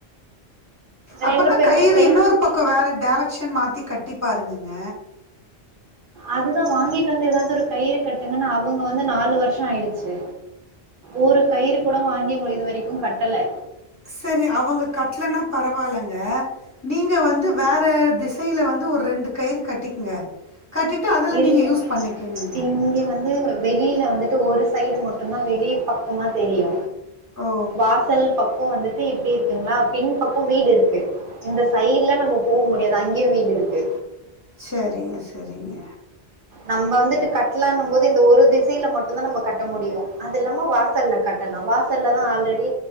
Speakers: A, on the left; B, on the right.
A: அப்பன்னா
B: ரெண்டு பேருமே
A: கயிறு
B: சே
A: இன்னொரு பக்கோ வேற டேரெக்ஷன் மாத்தி கட்டி பாருங்கங்க
B: அதுதா வாங்கிட்டு வந்து ஏதாவது ஒரு கயிறு கட் எங்கன்னா அவுங்க வந்து நாலு வருஷோ ஆயிடுச்சு ஒரு கயிறு கூட வாங்கி இவங்க இது வரைக்கு கட்டல்ல
A: செரி அவங்க கட்லேனா பரவால்லங்க நீங்க வந்து வேற திஸ் பையில் வந்து ஒரு ரெண்டு கயிறு கட்டிக்குங்க கட்டிட்டு அதுல
B: இல்ல
A: நீங்க யூஸ் பண்ணிக்கெங்கங்க
B: இங்க வந்து வெளியில வந்துட்டு ஒரு சைடு மட்டும்தா வெளி பக்கமா தெரியு
A: ஓ
B: வாசல் பக்கோ வந்துட்டு எப்டிருக் கெங்ளா பின் பக்கோ வீடுருக்கு இந்த சைட்ல நம்போ போ முடியாது அங் அங்கே வீடுருக்கு
A: செரிங்க செரிங்க
B: நம்ப வந்துட்டு கட்டலான்னும் போது இந்த ஒரு திசையில மட்டுந்தா நம்ம கட்ட முடியு அது இல்லாம வாசல்ல கட்டலா வாசல்ல தா ஆல்ரெடி